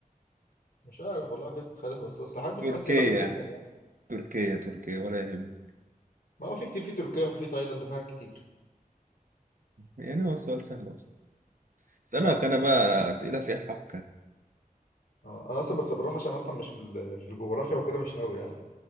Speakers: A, on the left; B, on the right.
A: مش عارف والله كده خليفه بس اصل حد
B: تركيا
A: في اسيا بعيد جدا يعني
B: تركيا تركيا ولا يهم
A: ما هو في كتير في تركيا وفي تايلاند وفيها كتير
B: يعني هو سؤال سهل أصلا أسألك
A: اه
B: أنا
A: حصل
B: بقى أسئلة فيها حبكة
A: اه انا اصلا بس بروح عشان اصلا مش في ال- في الجغرافيا وكده مش قوي يعني